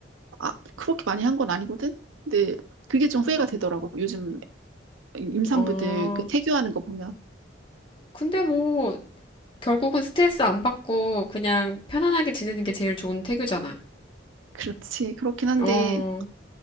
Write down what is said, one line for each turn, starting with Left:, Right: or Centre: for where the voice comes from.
Right: 아, 그렇게 많이 한 건 아니거든? 근데 그게 좀 후회가 되더라고. 요즘 임산부들
Left: 어.
Right: 그 태교하는 거 보면.
Left: 근데 뭐, 결국은 스트레스 안 받고 그냥 편안하게 지내는 게 제일 좋은 태교잖아.
Right: 그렇지. 그렇긴 한데,
Left: 어,